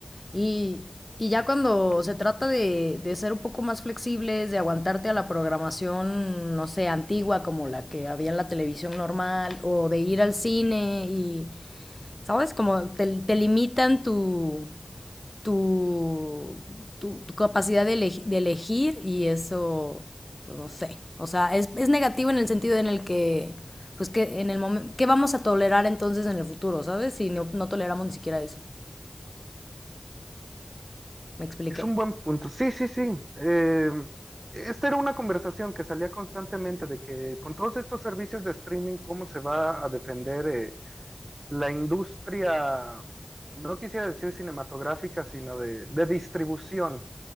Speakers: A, on the left (about 25°); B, on the right (about 45°).
A: y, y ya cuando se trata de, de ser un poco más flexibles, de aguantarte a la programación, no sé, antigua como la que había en la televisión normal, o de ir al cine y, ¿sabes? Como te, te limitan tu, tu, tu, tu capacidad de, elegi- de elegir y eso, pues no sé. O sea, es, es negativo en el sentido en el que, pues que en el momento, ¿qué vamos a tolerar entonces en el futuro, ¿sabes? Si no, no toleramos ni siquiera eso. ¿Me expliqué?
B: Es un buen punto. Sí, sí, sí. Eh, esta era una conversación que salía constantemente de que con todos estos servicios de streaming, ¿cómo se va a defender eh, la industria, no quisiera decir cinematográfica, sino de, de distribución